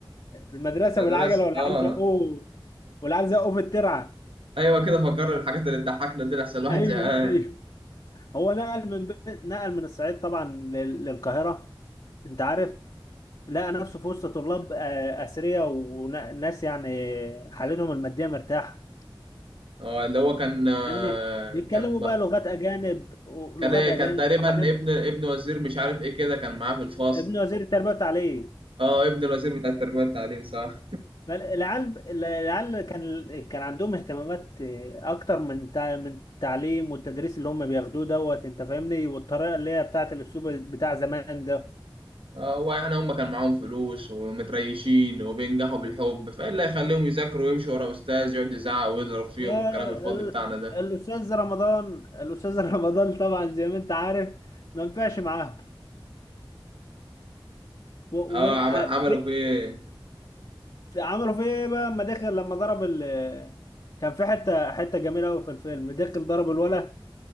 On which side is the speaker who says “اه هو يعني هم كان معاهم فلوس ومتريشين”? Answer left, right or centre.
Right